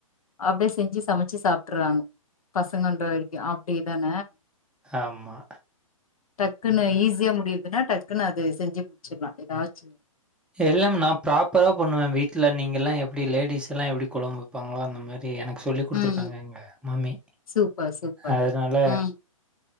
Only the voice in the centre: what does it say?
ஆமா
எல்லாம் நா ப்ராப்பரா பண்ணுவ வீட்ல நீங்க எல்லா எப்டி லேடிஸ்ல்லா எப்டி கொழம்பு வெப்பாங்களோ அந்த மாரி தே எனக்கு சொல்லி குடுத்துருக்காங்க
எங்க மம்மி
அதனால